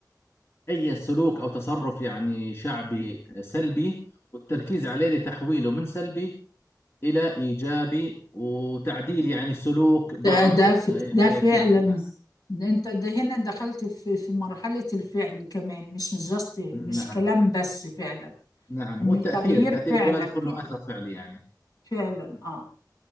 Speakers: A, on the left; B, on the left.
A: أي سلوك أو تصرف يعني شعبي آه، سلبي والتركيز عليه لتحويله من سلبي إلى إيجابي وتعديل يعني سلوك بعض
B: ده ده ف-
A: آه، يعني
B: ده فعلا
A: فئات الناس
B: انت ده هنا دخلت في في مرحلة الفعل كمان مش جاست مش
A: نعم
B: كلام بس فعلا
A: نعم
B: ان
A: هو التأثير
B: تغيير
A: تأثير
B: فعلا
A: يكون لازم يكون
B: كده
A: له أثر فعلي يعني
B: فعلا اه